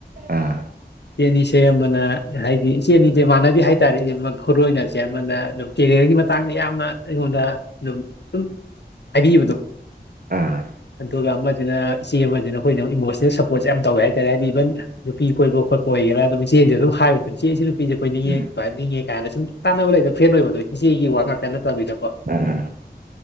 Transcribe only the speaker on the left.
ꯏꯆꯦꯅꯤꯁꯦ ꯑꯃꯅ ꯍꯥꯏꯗꯤ ꯏꯆꯦꯅꯤꯁꯦ ꯃꯥꯟꯅꯗꯦ ꯍꯥꯏꯇꯥꯔꯦ ꯈꯨꯔꯣꯏꯅꯁꯦ ꯑꯃꯅ ꯑꯗꯨꯝ ꯀꯦꯔꯤꯌꯔꯒꯤ ꯃꯇꯥꯡꯗ ꯌꯥꯝꯅ ꯑꯩꯉꯣꯟꯗ ꯑꯗꯨꯝ ꯗꯨꯝ ꯍꯥꯏꯕꯤꯕꯗꯣ
ꯑꯗꯨꯒ ꯑꯃꯁꯤꯅ ꯏꯆꯦ ꯑꯃꯅ ꯑꯩꯈꯣꯏꯅ ꯏꯃꯣꯁꯅꯦꯜ ꯁꯞ ꯄꯣꯠꯁꯦ ꯌꯥꯝ ꯇꯧꯋꯦ ꯍꯥꯏꯇꯥꯔ ꯍꯥꯏꯗꯤ ꯏꯕꯟ ꯅꯨꯄꯤ ꯀꯣꯏꯕ ꯈꯣꯠꯄ ꯑꯣꯏꯒꯦꯔꯥ ꯑꯗꯨꯝ ꯆꯦꯁꯥ ꯗꯨꯝ ꯍꯥꯏꯕ ꯃꯇꯝ ꯆꯦꯁꯨ ꯅꯨꯄꯤꯁꯦ ꯀꯣꯏꯅꯤꯡꯉꯦ
<unintelligible> ꯅꯤꯡꯉꯦ ꯀꯥꯏꯅ ꯁꯨꯝ ꯇꯥꯟꯅꯕ ꯂꯩꯗꯅ ꯐꯔꯦꯟ ꯑꯣꯏꯕꯗꯨ ꯏꯆꯦꯒꯤ ꯋꯥ ꯉꯥꯛ ꯇ ꯅꯠꯇꯕꯤꯗꯀꯣ